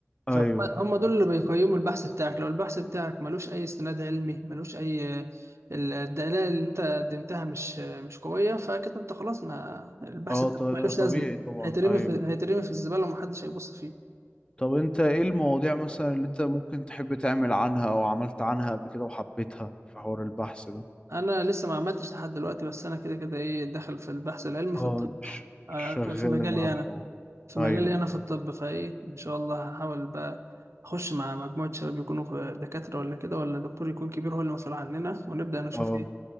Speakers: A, on the left (about 20°); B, on the right (about 70°).
A: ايوه
B: فهم دول اللي بيقيموا البحث بتاعك لو البحث بتاعك ملوش اي استناد علمي ملوش اي الدلائل اللي انت قدمتها مش مش قويه فكده انت خلاص ما البحث
A: اه
B: بتاعك
A: ط-
B: ملوش لازمه
A: طبيعي طبعا
B: هيترمي
A: ايوه
B: في هيترمي في الزباله ومحدش هيبص فيه
A: طب انت ايه المواضيع مثلا اللي انت ممكن تحب تعمل عنها او عملت عنها قبل كده وحبيتها في حوار البحث ده
B: انا لسه ما عملتش لحد دلوقتي بس انا كده كده ايه داخل في البحث العلمي
A: اه
B: في الطب
A: ش-
B: آه،
A: شغال
B: في مجالي
A: على الحوار
B: انا في
A: ايوه
B: مجالي انا في الطب فايه ان شاء الله هحاول بقى اخش مع مجموعه شباب يكونوا في دكاتره ولا كده ولا دكتور يكون كبير هو اللي مسؤول عننا ونبدا نشوف
A: اه
B: ايه